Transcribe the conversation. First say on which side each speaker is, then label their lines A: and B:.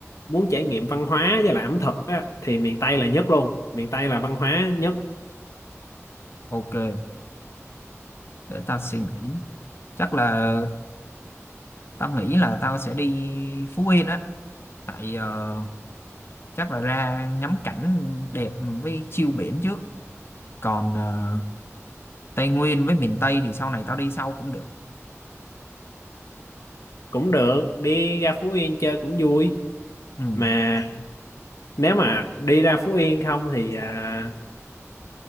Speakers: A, on the left; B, on the left.
A: muốn trải nghiệm văn hóa với lại ẩm thực á thì miền Tây là nhất luôn miền Tây là văn hóa nhất
B: ok để tao suy nghĩ chắc là tao nghĩ là tao sẽ đi Phú Yên á tại ờ, chắc là ra ngắm cảnh đẹp với chiêu biển trước còn ờ, Tây Nguyên với miền Tây thì sau này tao đi sau cũng được
A: cũng được đi ra Phú Yên chơi cũng vui
B: ừ
A: mà nếu mà đi ra Phú Yên không thì à,